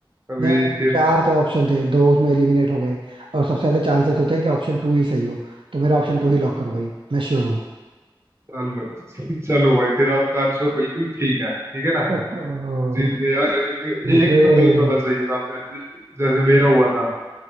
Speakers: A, on the right; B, on the right.
A: तभी
B: यार
A: फिर
B: चार तो ऑप्शन थे दो उसमें एलिमिनेट हो गए और सबसे ज्यादा चांसेस होते हैं कि ऑप्शन टू ही सही हो तो मेरा ऑप्शन टू ही लॉक करो भाई मैं श्योर हूँ
A: चलो <laughs> चलो भाई फिर आपका आंसर बिल्कुल ठीक है ठीक है ना
B: ओहो,
A: जीत गए यार एक
B: देखिए
A: एक तो गलत होना चाहिए था आपका एटलीस्ट जैसे मेरा हुआ था